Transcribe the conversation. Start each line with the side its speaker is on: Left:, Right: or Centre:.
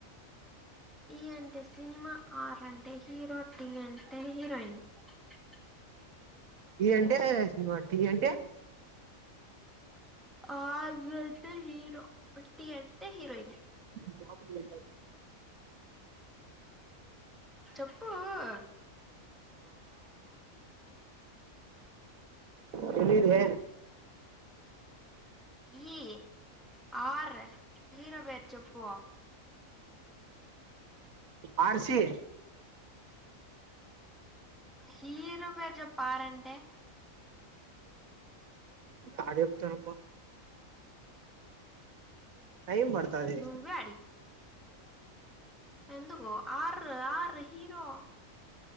Centre: ఈ అంటే సినిమా, ఆర్ అంటే హీరో, టి అంటే హీరోయిన్. అ
Right: ఈ అంటే సినిమా, టి అంటే.
Centre: ఆర్ అంటే హీరో, టి అంటే హీరోయిన్.
Right: కా
Centre: చెప్పు ఊ ఓ.
Right: తెలీదే.
Centre: ఈ ఆర్ హీరో పేరు చెప్పో.
Right: ఆ ర్ సి.
Centre: హీరో పేరు జెప్పు అ ర్ అంటే.
Right: ఆడ జెప్పుతను పొ. టైమ్ బడుతాది.
Centre: నువ్వే ఎందుకో ఆర్ ఆర్ హీరో.